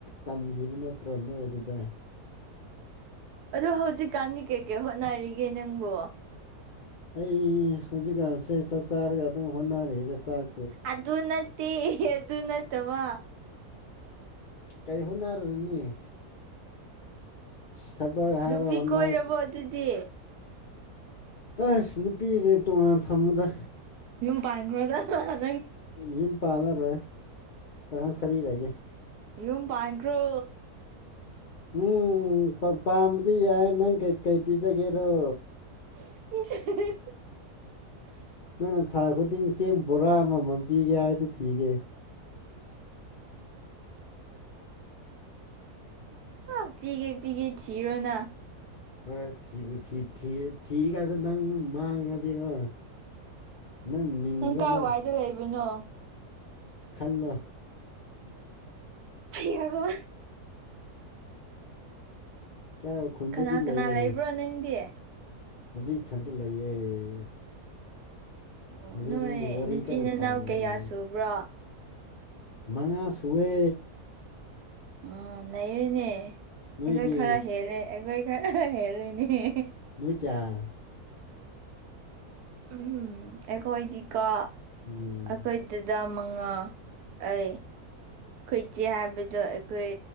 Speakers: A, on the left (about 45°); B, on the right (about 80°).
A: ꯇꯝꯈꯤꯕ ꯅꯠꯇ꯭ꯔꯣ ꯅꯣꯏ ꯑꯗꯨꯗ
B: ꯑ ꯍꯧꯖꯤꯛꯀꯥꯟꯗꯤ ꯀꯩꯀꯩ ꯍꯣꯠꯅꯔꯤꯒꯦ ꯅꯪꯕꯨꯣ
A: ꯑꯩ ꯍꯧꯖꯤꯛꯀꯥꯟꯁꯦ ꯆꯥꯛ ꯆꯥꯔꯒ ꯑꯗꯨꯝ ꯍꯣꯠꯅꯔꯤꯛꯗ ꯆꯥꯛ
B: ꯑꯗꯨ ꯅꯠꯇꯦ ꯑꯗꯨ ꯑꯗꯨ ꯅꯠꯇꯋꯥ
A: ꯀꯥꯏꯍꯣꯅꯔꯨꯅꯤꯁ ꯊꯕꯛ ꯍꯥꯏꯔ
B: ꯅꯨꯄꯤ
A: ꯍꯟꯅꯔ
B: <unintelligible> ꯑꯗꯨꯗꯤ
A: ꯑꯁ ꯅꯨꯄꯤꯗꯤ ꯇꯣꯉꯥꯟ ꯊꯝꯃꯗ
B: ꯌꯨꯝ ꯄꯥꯟ <unintelligible>
A: ꯌꯨꯝ ꯇꯥꯟꯅꯔꯣꯏ ꯄꯥꯈꯜ ꯁꯥꯔꯤ ꯂꯩꯒꯦ
B: ꯌꯨꯝ ꯄ ꯥꯟꯒ꯭ꯔꯣ
A: ꯎꯝ ꯄꯥꯝꯕꯗꯤ ꯌꯥꯏ ꯅꯪ ꯀꯩ ꯀꯩ ꯄꯤꯖꯒꯦꯔꯣ
B: <inaudible>
A: ꯅꯪꯅ ꯊꯥ ꯈꯨꯗꯤꯡ ꯆꯦꯡ ꯕꯣꯔꯥ ꯑꯃꯃꯝꯕꯤꯒꯦ ꯍꯥꯏꯗꯤ ꯊꯤꯒꯦ
B: ꯑ ꯄꯤꯒꯦ ꯄꯤꯒꯦ ꯁꯤꯔꯣꯅ
A: ꯍꯣꯏ ꯊꯤꯕꯨꯤ ꯊꯤꯒꯗꯦ ꯅꯪ ꯃꯥꯡꯉꯗꯤꯀꯣ ꯅꯪ ꯃꯤꯡꯗ
B: ꯀꯥꯏ
A: ꯅꯪ
B: ꯋꯥꯏꯗ ꯂꯩꯕꯅꯣ
A: ꯈꯜꯂ
B: ꯑꯩꯡꯉ
A: ꯀꯥꯏ ꯈꯨꯟꯗꯗꯤ
B: ꯀꯅꯥ ꯀꯅꯥ
A: ꯂꯩꯌꯦ
B: ꯂꯩꯕ꯭ꯔꯣ ꯅꯪꯗꯤ
A: ꯍꯧꯖꯤꯛ ꯏꯊꯟꯗ ꯂꯩꯌꯦꯦ
B: ꯑꯣ
A: ꯖꯩꯅꯪ
B: ꯅꯣꯏ
A: ꯋꯥꯔꯤꯔꯤ
B: ꯅꯆꯤꯟ
A: ꯀꯥꯟꯅ
B: ꯅꯅꯥꯎ
A: ꯁꯅꯔ
B: ꯀꯌꯥ ꯁꯨꯕ꯭ꯔꯣ
A: ꯃꯉꯥ ꯁꯋꯦ
B: ꯑꯥ ꯂꯩꯔꯨꯅꯦ
A: ꯅꯣꯏꯗꯤ
B: ꯑꯩꯈꯣꯏ ꯈꯔ ꯍꯦꯜꯂꯦ ꯑꯩꯈꯣꯏ ꯈꯔ ꯍꯦꯜꯜꯂꯤꯨꯅꯦ
A: <unintelligible>
B: ꯎꯝ ꯑꯩꯈꯣꯏꯗꯤꯀꯣ
A: ꯎꯝ
B: ꯑꯩꯈꯣꯏ ꯇꯗ ꯃꯉꯥ ꯑꯩ ꯑꯩꯈꯣꯏꯆꯦ ꯍꯥꯏꯕꯗꯣ ꯑꯩꯈꯣꯏ